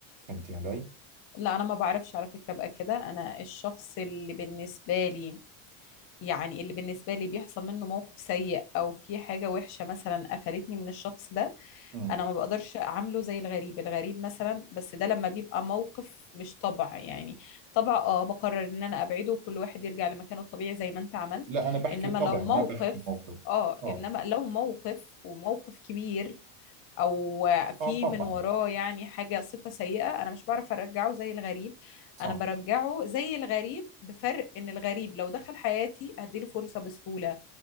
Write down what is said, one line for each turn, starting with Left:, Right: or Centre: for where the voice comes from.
Right: فهمتي علي
Left: لا انا ما بعرفش على فكرة بقى كده انا الشخص اللي بالنسبة لي يعني اللي بالنسبة لي بيحصل منه موقف سيء او في حاجة وحشة مثلا قفلتني من الشخص ده
Right: امم
Left: انا ما بقدرش اعامله زي الغريب الغريب مثلا بس ده لما بيبقى موقف مش طبع يعني طبع اه بقرر ان انا ابعده وكل واحد يرجع لمكانه الطبيعي زي ما انت عملت
Right: لا انا بحكي
Left: انما
Right: طبع
Left: لو موقف
Right: ما بحكي موقف
Left: اه
Right: اه
Left: انما لو موقف وموقف كبير او
Right: اه
Left: في
Right: طبعا
Left: من وراه يعني حاجة صفة سيئة انا مش بعرف ارجعه زي الغريب
Right: صح
Left: انا برجعه زي الغريب بفرق ان الغريب لو دخل حياتي هديله فرصة بسهولة